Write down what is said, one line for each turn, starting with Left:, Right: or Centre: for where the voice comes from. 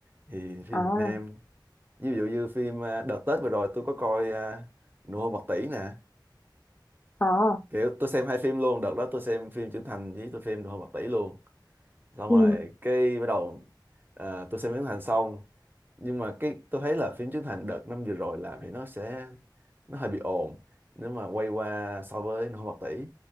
Right: thì phim
Left: à
Right: Việt Nam ví dụ như phim à, đợt Tết vừa rồi tôi có coi à, Nụ hôn bạc tỷ nè
Left: à
Right: kiểu tôi xem hai phim luôn đợt đó tôi xem phim Trấn Thành với tôi xem Nụ hôn bạc tỷ luôn xong
Left: ừ
Right: rồi cái bắt đầu ờ, tôi xem phim Trấn Thành xong nhưng mà cái tôi thấy là phim Trấn Thành đợt năm vừa rồi làm thì nó sẽ nó hơi bị ồn nếu mà quay qua so với Nô Bộc Tỷ